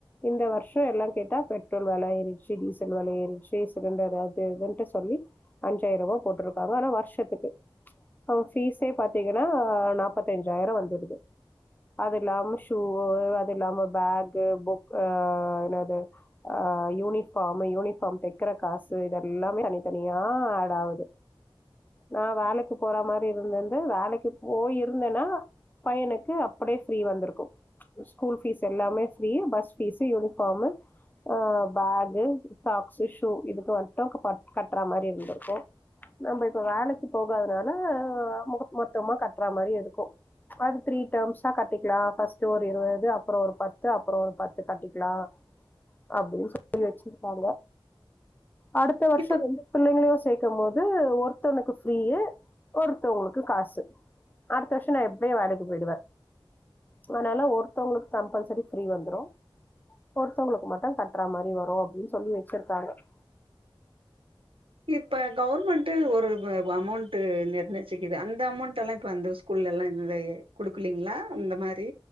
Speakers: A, on the left; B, on the right.
A: இந்த வருஷ எல்லா கேட்டா பெட்ரோல் வல ஏறிடுச்சு டீசல் வல ஏறிடுச்சு ச சிலிண்டர் அது இதுட்டு சொல்லி அஞ்சாயிரம் ரூபாய் போட்ருக்காங்க ஆனா வருஷத்துக்கு அவங்க பீஸே பாத்தீங்கன்னா நாப்பத்தஞ்சாயிரம் வந்துடுது அது இல்லாம ஷூ அது இல்லாம பேக்கு புக் ஆ என்னது ஆ யூனிஃபார்ம் யூனிஃபார்ம் தக் ருக்கிற காசு இததுெல்லாமே தனித்தனியா ஆட் ஆகுது நான் வேலைக்கு போற மாரி இருந்தேந்து வேலைக்கு போயிருந்தேன்னா பையனுக்கு அப்படியே ஃப்ரீ வந்திருக்கு ஸ்கூல் ஃபீஸ் எல்லாமே ஃப்ரீ பஸ் ஃபீஸ்ஸுயூனிஃபார்ம் அ பேகு சாக்ஸ்ு ஷூ இதுக்கு மட்டும் கட்றா மாரி இருந்திருக்கு நம்ம இப்ப வேலைக்கு போகதுனால மொத்தமா கட்றா மாரி இருக்கு மந்த்லி த்ரீ டர்ம்ஸா கட்டிக்கலா ஃபர்ஸ்ட் ஒரு இருவது அப்புற ஒரு பத்து அப்புற ஒரு பத்து கட்டிக்கலா அப்படின்னு வச்சிருக்காங்க அடுத்த வருஷம்
B: இப்ப
A: ரெண்டு பிள்ளைங்களையு சேர்க்கு போது ந்து ஒருத்தவனுக்கு ஃபீரீ ஒருத்தவங்களுக்கு காசு அடுத்த வருஷம் நான் எப்படியே வேலைக்கு போயிடுவே அதனால ஒருத்தவங்களுக்கு கம்பல்சரி ஃப்ரீ வந்துரு ஒருத்தவங்களுக்கு மட்டும் கட்டுறா மாரி வரும் அப்படின்னு சொல்லி வச்சிருக்காங்க <inaudible>
B: இப்ப கவர்மெண்ட் ஒரு அமௌண்ட் நிர்ணயச்சக்குது அந்த அமௌண்ட் எல்லாம் இப்ப அந்த ஸ்கூல் லலாம் எல்லா கொடுக்கலீங்களா அந்த மாதிரி